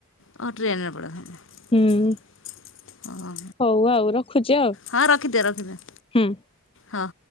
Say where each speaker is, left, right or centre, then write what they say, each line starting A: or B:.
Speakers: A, on the left (about 60°); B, on the left (about 25°).
A: ଓ ଟ୍ରେନରେ <unintelligible>
B: ହୁଁ
A: ହଁ
B: ହଉ ଆଉ ରଖୁଛି ଆଉ
A: ହଁ ରଖିଦ ରଖିଦି
B: ହୁଁ।
A: ହଁ।